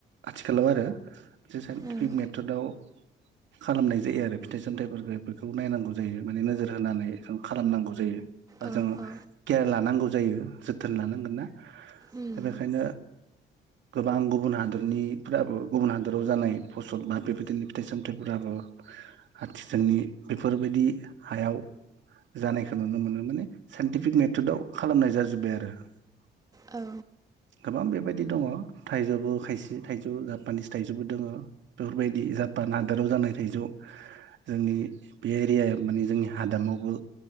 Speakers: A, on the right; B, on the right.
A: आथिखालाव आरो जे साइन्टिफिक
B: ओं
A: मेथदाव खालामनाय जायो आरो फिथाइ सामथाइफोरखौ बेखौ नायनांगौ जायो माने नोजोर होनानै खालामनांगौ जायो। बा
B: औ
A: जोङो
B: औ
A: केयार लानांगौ जायो जोथोन लानांगोन ना
B: उम
A: दा बेखायनो गोबां गुबुन हादर निफ्राबो गुबुन हादराव जानाय फसल बा बेबायदिनो फिथाइ सामथाइफोराबो आथिखालनि बेफोरबायदि हायाव जानायखो नुनो मोनो माने साइन्टिफिक मेथदाव खालामनाय जाजोबबाय आरो <inaudible>
B: औ
A: गोबां बेबायदि दङ थाइजोबो खाय से थाइजौ जापानिस थाइजोबो दोङो बेफोर बायदि जापान हादोराव जानाय थाइजौ जोंनि बे एरियाया माने जोंनि हादामावबो